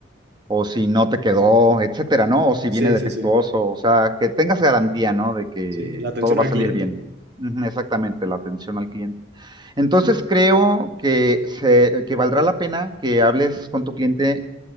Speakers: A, on the right (about 25°); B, on the right (about 65°).
A: o si no te quedó, etcétera, ¿no? O si
B: Sí,
A: viene defectuoso,
B: sí, sí.
A: o sea, que tengas garantía, ¿no? De que
B: Sí, la atención
A: todo va
B: al
A: a salir
B: cliente.
A: bien. Ujú, Exactamente, la atención al cliente. Entonces creo que se, que valdrá la pena que hables con tu cliente